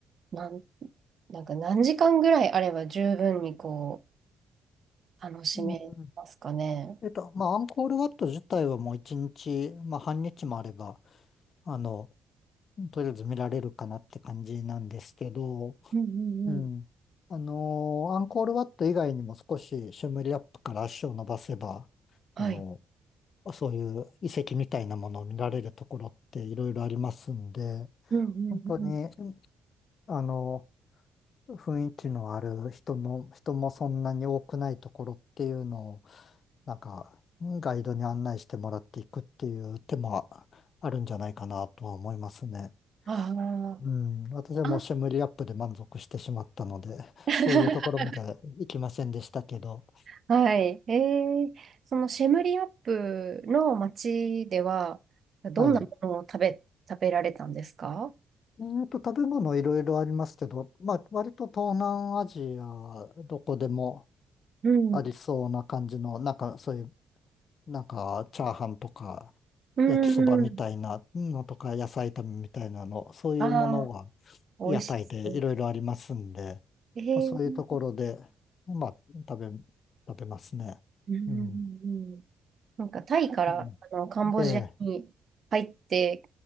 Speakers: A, on the right; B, on the left.
A: なん、なんか何時間ぐらいあれば十分にこう、楽しめますかね。
B: うん。えっと、まあ、アンコールワット自体はもう一日、まあ、半日もあれば、あの、とりあえず見られるかなって感じなんですけど、
A: うんうんうん。
B: うん。あのーアンコールワット以外にも少しシュムリアップから足を伸ばせば、
A: はい。
B: あの、そういう遺跡みたいなものを見られるところっていろいろありますんで、
A: うんうんうん。
B: 本当に、あの、雰囲気のある人の、人もそんなに多くないところっていうのを、なんか、ガイドに案内してもらっていくっていう手もあるんじゃないかなとは思いますね。
A: あ
B: うん、私はもうシェムリアップで満足してしまったので、
A: あ。あ <laughs>、
B: そういうところまで行きませんでしたけど、
A: はい。えー、そのシェムリアップの町では、どんなものを食べ、
B: はい。
A: 食べられたんですか
B: えーと、食べ物いろいろありますけど、まあ、割と東南アジア、どこでも
A: うん。
B: ありそうな感じの、なんかそういう、なんかチャーハンとか、
A: うんうん。
B: 焼きそばみたいなのとか、野菜炒めみたいなの、そういうものが
A: ああ、美味しそう。
B: 屋台でいろいろありますんで、
A: えー
B: まあ、そういうところで、まあ、食べ、食べますね。
A: うんうんうん
B: うん。
A: なんかタイからあのカンボジアに入って
B: うんで、